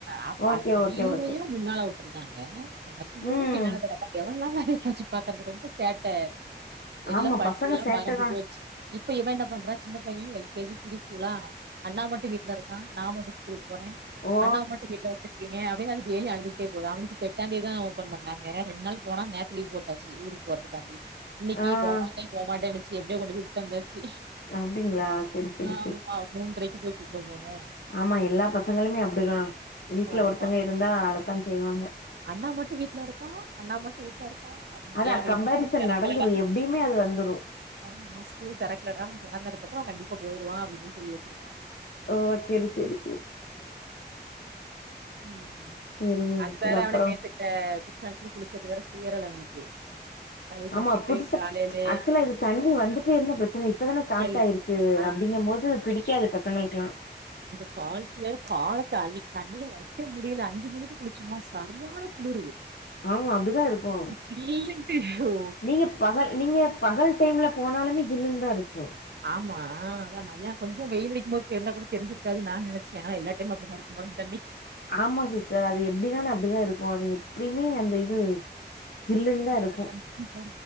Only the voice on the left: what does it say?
ஓகே
ஓகே
ஓகே
ம்
ஆமா
பசங்க சேட்டதா
ஓ
ஆ
அப்டிங்களா செரி செரி
செரி
ஆமா எல்லா பசங்களுமே அப்டிதா வீட்ல
ஒருத்தங்க இருந்தா அழத்தா செய்வாங்க
அதா
கம்பாரிசன்
நடந்துரு எப்டியுமே அது வந்துரு
ஓ செரி செரி செரி
செரிங்க
சிஸ்டர்
அப்றோ
ஆமா புதுசா
ஆக்சுவலா இது தண்ணி வந்துட்டே இருந்தா பிரச்சன இப்பதான ஸ்டாட்
ஆயிருக்கு க்கு
அப்டிங்க போது பிடிக்காது பசங்களுக்கெல்லா
ஆமா அப்டிதா இருக்கு
நீங்க பகல் நீங்க பகல் டைம்ல போனாலுமே ஜில்லு தா இருக்கு
ஆமா சிஸ்டர் அது எப்டினா அப்டிதா இருக்கு அது எப்டியுமே அந்த இது ஜில்லுன்னு தா
இருக்கு